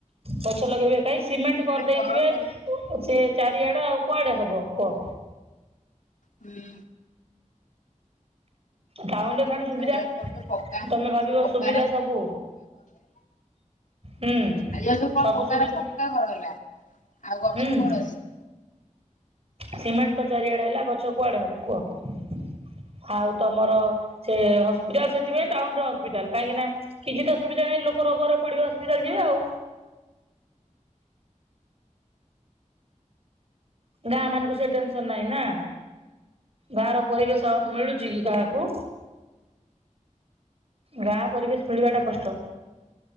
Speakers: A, on the right (about 50°); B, on the left (about 75°).
A: ଗଛ ଲଗେଇବେ କାହିଁ ସିମେଣ୍ଟ କରିଦେଇଥିବେ
B: ମାନେ ଘର କରି
A: ସେ ଚି ଚାରିଆଡେ ଆଉ କୁଆଡେ ହବ କୁହ
B: ହଁହୂ
A: ଟାଉନରେ ଖାଲି ସୁବିଧା
B: ଆଜିକାଲି ସବୁ ତ ପକ୍କା
A: ତମେ ଭାବିବ
B: ପକ୍କା
A: ସୁବିଧା ସବୁ ହୁଁ
B: ଆଜି କାଲି କଣ
A: ସବୁ
B: ପକାର
A: ସୁବିଧା
B: ସକା ଘର ହେଲା ଆଉ ଗଛ
A: ହୁଁ।
B: କୁଅ ଡୁ ଆସି
A: ସିମେଣ୍ଟ ତ ଚାରିଆଡେ ହେଲା ଗଛ କୁଆଡେ ହବ କୁହ? ଆଉ ତମର ସେ ହସ୍ପିଟାଲ ସେଥିପାଇଁ ଟାଉନ ର ହସ୍ପିଟାଲ କାହିଁକି ନା କିଛି ତା ସୁବିଧା ନାହିଁ ଲୋକ ଘ ଘରେ ପଡିବା ହସ୍ପିଟାଲ ଯିବେ ଆଉ ଗାଁ ମାନଙ୍କୁ ସେ ଟେନସନ ନାହିଁ ନା ଗାହାର ପରିବେଶ ମିଳୁଛି କି କାହାକୁ? ଗାଁ ପରିବେଶ ମିଳିବା ଟା କଷ୍ଟ